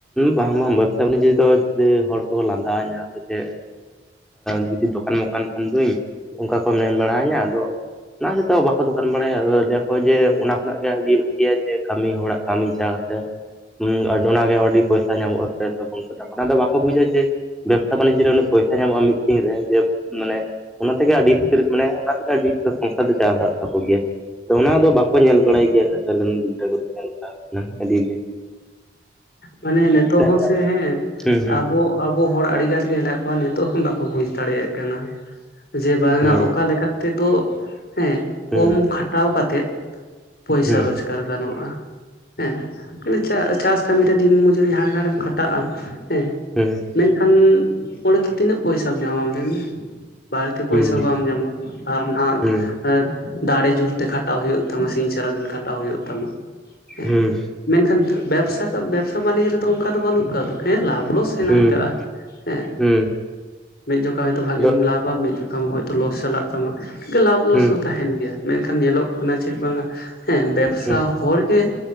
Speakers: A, in the centre; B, on the left (about 55°).
A: ᱵᱟᱝ ᱵᱟᱝ ᱵᱮᱵᱽᱥᱟ ᱵᱟᱱᱤᱡᱡᱚ ᱫᱚ ᱦᱚᱲ ᱠᱚ ᱞᱟᱸᱫᱟ ᱟᱧᱟᱹ ᱥᱮ ᱪᱮ ᱡᱩᱫᱤ ᱫᱚᱠᱟᱱ ᱢᱚᱠᱟᱱ ᱠᱷᱟᱱ ᱫᱩᱧ ᱚᱱᱠᱟ ᱠᱚ ᱢᱮᱱ ᱵᱟᱲ ᱟᱹᱧᱟᱹ ᱟᱫᱚ ᱚᱱᱟ ᱥᱛᱮ ᱦᱚ ᱵᱟᱠᱚ ᱫᱚᱠᱟᱱ ᱵᱟᱲᱟᱭᱟ, ᱟ ᱫᱭᱟ ᱠᱚ ᱡᱮ ᱚᱱᱟ ᱠᱷᱚᱱᱟᱜ ᱜᱮ ᱟᱹᱰᱤ ᱵᱷᱟᱹᱜᱤᱭᱟ ᱡᱮ ᱠᱟᱹᱢᱤ ᱦᱚᱲᱟᱜ, ᱠᱟᱹᱢᱤ ᱪᱟᱼᱛᱮ, ᱦᱩᱸ ᱰᱚᱱᱟᱜᱮ ᱟᱹᱰᱤ ᱯᱚᱭᱥᱟ ᱧᱟᱢᱚᱜ ᱟᱥᱮ, ᱠᱚᱢᱥᱚ ᱴᱟᱠᱟ ᱚᱱᱟ ᱫᱚ ᱵᱟᱠᱚ ᱵᱩᱡᱟ ᱡᱮ ᱼᱼ ᱵᱮᱵᱽᱥᱟ ᱵᱟᱱᱤᱡᱡᱚ ᱨᱮ, ᱩᱱᱟᱹᱜ ᱯᱚᱭᱥᱟ ᱧᱟᱢᱚᱜᱼᱟ ᱢᱤᱫ ᱫᱤᱱ ᱨᱮ, ᱡᱮ ᱢᱟᱱᱮ ᱚᱱᱟ ᱛᱮᱜᱮ ᱟᱹᱰᱤ ᱢᱟᱱᱮ ᱚᱱᱟᱛᱮ ᱟᱹᱰᱤ ᱥᱚᱝᱥᱟᱨ ᱫᱚ ᱪᱟ <unintelligible> ᱛᱟᱠᱚ ᱜᱮᱭᱟ᱾ ᱟᱫᱚ ᱚᱱᱟᱫᱚ ᱵᱟᱠᱚ ᱧᱮᱞ ᱵᱟᱲᱟᱭ ᱜᱮᱭᱟ, ᱱᱮᱛᱟᱨ ᱨᱮᱱ ᱜᱤᱫᱽᱨᱟᱹ ᱠᱚᱫᱚ <inaudible> ᱟᱹᱰᱤᱜᱮ ᱼᱼ
B: ᱢᱟᱱᱮ ᱱᱤᱛᱳ ᱦᱚᱸ
A: ᱡᱟ
B: ᱥᱮ ᱦᱮᱸ,
A: ᱦᱩᱸ
B: ᱟᱵᱚ ᱟᱵᱚ ᱦᱚᱲ ᱟᱹᱲᱤᱜᱟᱱ ᱜᱮ ᱦᱮᱱᱟᱜ ᱠᱚᱣᱟ, ᱱᱤᱛᱚᱜ ᱦᱚᱸ ᱵᱟᱠᱚ ᱵᱩᱡᱽ ᱫᱟᱲᱮᱭᱟᱜ ᱠᱟᱱᱟ ᱾ ᱡᱮ ᱵᱟᱝᱟ
A: ᱦᱩᱸ
B: ᱚᱠᱟ ᱞᱮᱠᱟ ᱛᱮᱫᱚ ᱦᱮᱸ, ᱠᱚᱢ
A: ᱦᱩᱸ
B: ᱠᱷᱟᱴᱟᱣ ᱠᱟᱛᱮᱫ ᱼᱼ ᱯᱚᱭᱥᱟ
A: ᱦᱩᱸ
B: ᱨᱳᱡᱽᱜᱟᱨ ᱜᱟᱱᱚᱜᱼᱟ ᱦᱮᱸ, ᱢᱟᱱᱮ ᱪᱟ ᱪᱟᱥ ᱛᱮ ᱫᱤᱱ ᱢᱚᱡᱩᱨᱤ ᱦᱟᱸᱰᱮ ᱱᱟᱰᱮᱢ ᱠᱷᱟᱴᱟᱜᱼᱟ ᱦᱮᱸ ᱼᱼ
A: ᱦᱩᱸ
B: ᱢᱮᱱᱠᱷᱟᱱ ᱚᱸᱰᱮ ᱫᱚ ᱛᱤᱱᱟᱹᱜ ᱯᱚᱭᱥᱟᱢ ᱧᱟᱢᱟᱢ ᱞᱟᱹᱭ ᱢᱮ? ᱵᱟᱲᱛᱤ ᱯᱚᱭᱥᱟ
A: ᱦᱩᱸ
B: ᱵᱟᱢ ᱧᱟᱢᱟ, ᱟᱨ ᱱᱟᱜ
A: ᱦᱩᱸ
B: ᱫᱟᱲᱮ ᱡᱳᱨᱛᱮ ᱠᱷᱟᱴᱟᱣ ᱦᱩᱭᱩᱜ ᱛᱟᱢᱟ, ᱥᱤᱧ ᱥᱟᱨᱟᱫᱤᱱ ᱠᱷᱟᱴᱟᱣ ᱦᱩᱭᱩᱜ ᱛᱟᱢᱟ ᱦᱮ,
A: ᱦᱩᱸ
B: ᱢᱮᱱᱠᱷᱟᱱ ᱵᱮᱵᱽᱥᱟ ᱵᱮᱵᱽᱥᱟ ᱵᱟᱹᱱᱤᱡᱽ ᱨᱮᱫᱚ ᱚᱱᱠᱟ ᱫᱚ ᱵᱟᱹᱱᱩᱜ ᱟᱠᱟᱫᱟ ᱫᱚ, ᱦᱮᱸ ᱞᱟᱵᱷ ᱞᱚᱥ ᱦᱱᱟᱜ
A: ᱦᱩᱸ
B: ᱠᱟᱜᱼᱟ ᱦᱮᱸ,
A: ᱦᱩᱸ ᱦᱩᱸ
B: ᱢᱤᱫ ᱡᱚᱠᱷᱟ ᱦᱚᱭᱛᱳ ᱵᱷᱟᱜᱤᱢ
A: ᱟᱫᱚ
B: ᱞᱟᱯ ᱢᱤᱫ ᱡᱚᱠᱷᱚᱢ ᱦᱭᱛ ᱞᱚᱥ ᱪᱟᱞᱟᱜ ᱛᱟᱢᱟ, ᱞᱟᱵᱷ ᱞᱚᱥ
A: ᱦᱩᱸ
B: ᱫᱚ ᱛᱟᱦᱮᱱ ᱜᱮᱭᱟ, ᱢᱮᱱᱠᱷᱟᱱ ᱧᱮᱞᱚᱜ ᱠᱟᱱᱟ ᱪᱮᱫ ᱵᱟᱝ-ᱟ ᱦᱮᱸ, ᱵᱮᱵᱽᱥᱟ
A: ᱦᱩᱸ
B: ᱦᱚᱲ ᱜᱮ